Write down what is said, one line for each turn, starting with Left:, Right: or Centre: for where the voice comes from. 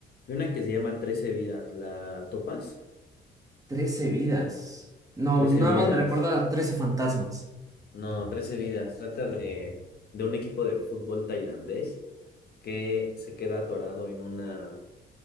Left: Vi una que se llama Trece vidas. ¿La topas?
Right: Trece vidas. No,
Left: Trece
Right: nada
Left: vidas.
Right: más me recuerda a Trece fantasmas.
Left: No, Trece vidas. Trata de, de un equipo de fútbol tailandés que se queda atorado en una,